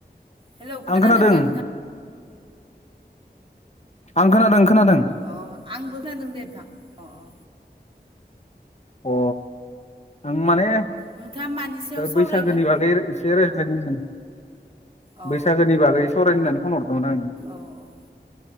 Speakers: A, on the right; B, on the left.
A: हेलौ खोनादोंना
B: आं खोनादों
A: नोंथां?
B: आं खोनादों खोनादों।
A: अ आंबो खोनादों दे नोंथां अ अ
B: अ आं माने
A: नोंथाङा मानि सायाव सावरायगोन
B: बैसागोनि ओ बागै ए <unintelligible>
A: अ
B: बैसागोनि बागै सावरायनो होननानै फन हरदोंमोन आं
A: अ अ